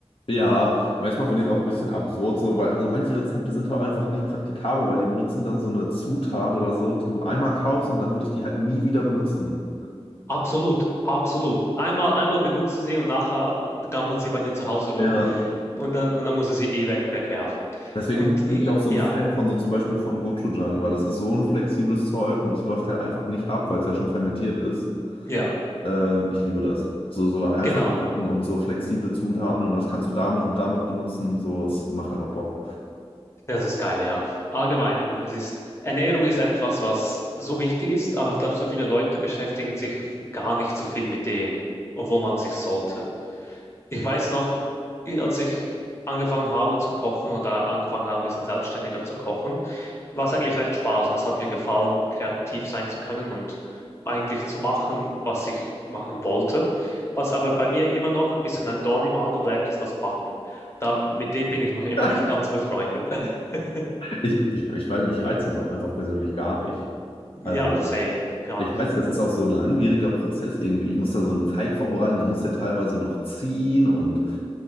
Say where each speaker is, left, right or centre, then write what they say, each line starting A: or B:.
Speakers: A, on the left (about 60°); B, on the left (about 25°).
A: Ja, manchmal finde ich es auch ein bisschen absurd, so, weil also manche Rezepte sind halt einfach nicht praktikabel, weil die benutzen dann so eine Zutat oder so, die du einmal kaufst und dann würde ich die halt nie wieder benutzen.
B: Absolut, absolut. Einmal, einmal benutzt du sie und nachher gammelt sie bei dir zu Hause rum
A: Ja.
B: und dann, und dann musst du sie eh weg, wegwerfen.
A: Deswegen
B: Und
A: bin
B: i-
A: ich auch so
B: ja,
A: ein Fan von so zum Beispiel von Gochujang, weil das ist so ein flexibles Zeug und es läuft halt einfach nicht ab, weil es ja schon fermentiert ist.
B: ja,
A: Ähm, ich liebe das. So, so einfache
B: genau.
A: Sachen und so flexible Zutaten und das kannst du damit und damit benutzen und so. Es macht einfach Bock.
B: Das ist geil, ja. Allgemein, das ist, Ernährung ist etwas, was so wichtig ist, aber ich glaube, so viele Leute beschäftigen sich gar nicht so viel mit dem, obwohl man sich sollte. Ich weiß noch, i- als ich angefangen habe zu kochen oder angefangen habe, ein bisschen selbstständiger zu kochen, war es eigentlich recht Spaß und es hat mir gefallen, kreativ sein zu können und eigentlich zu machen, was ich machen wollte. Was aber bei mir immer noch ein bisschen ein Dorn im Auge bleibt, ist das Backen. Da, mit dem bin ich noch immer
A: <laughs>
B: nicht ganz befreundet. <laughs>
A: Ich, ich, ich, weil mich reizt das auch einfach persönlich gar nicht. Also.
B: Ja, same, gar
A: Ich
B: nicht.
A: weiß, das ist auch so ein langwieriger Prozess irgendwie. Ich muss da so einen Teig vorbereiten, dann muss der teilweise noch ziehen und